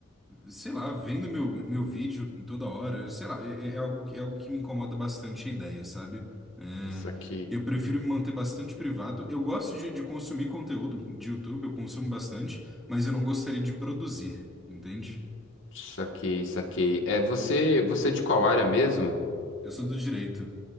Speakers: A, in the centre; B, on the left.
A: sei lá, vendo meu, meu vídeo toda hora, sei lá, é, é é algo, é algo que me incomoda bastante a ideia, sabe? É,
B: Saquei,
A: eu prefiro me manter bastante privado. Eu gosto de, de consumir conteúdo de YouTube, eu consumo bastante, mas eu não gostaria de produzir, entende?
B: saquei, saquei. É, você, você é de qual área mesmo?
A: Eu sou do direito.